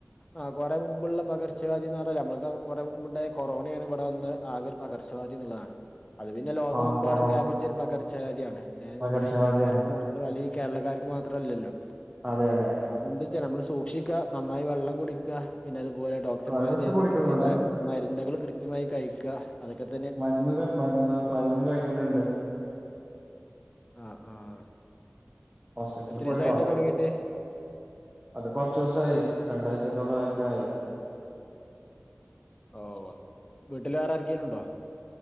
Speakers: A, on the left (about 25°); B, on the right (about 20°).
A: ആഹ് കൊറെ മുമ്പുള്ള പകർച്ചവ്യാധി എന്ന് പറഞ്ഞാല് അമ്മക്ക് കൊറേ മുൻപുണ്ടയ കൊറോണയാണ് ഇവിടെ വന്ന് ആകെ ഒരു പകർച്ചവ്യാദി എന്നുള്ളതാണ് അത് പിന്നെ ലോകമെമ്പാടും
B: ആ കൊറോ
A: വ്യാപിച്ച ഒരു പകർച്ച വ്യാധി ആണ് ഏഹ്
B: പകർച്ചവ്യാധിയാണ്
A: നമ്മുടെ ഇന്ത്യക്കാർക്ക് മാ അല്ലെങ്കി കേരള ക്കാർക്ക് മാത്രല്ലല്ലോ
B: അതെ അതെ
A: അപ്പൊ എന്ത്‌ വെച്ചാ നമ്മള് സൂക്ഷിക്ക നന്നായി വെള്ളം കുടിക്കുക പിന്നെ അതു പോലെ ഡോക്ടർമാര്
B: വെള്ളൊക്കെ
A: തരുന്ന
B: കുടിക്കുന്നുണ്ട്
A: കൃത്യമായും മരുന്നുകൾ കൃത്യമായി കഴിക്കുക അതൊക്കെ ത
B: മരുന്ന് ക മരുന്ന് മരുന്ന് കഴിക്കണ് ണ്ട്
A: ആഹ് ആഹ്
B: ഹോസ്പിറ്റലിൽ
A: എത്രേസായിട്ട്
B: പോയി ഡോക്ടർ
A: തൊടങ്ങീട്ട്
B: അത് കൊറച്ച് ദിവസായി രണ്ടാഴ്ചത്തോളം ഒക്കെ ആയി
A: ഓ വീട്ട്ല് വേറെ ആക്കേലുണ്ടോ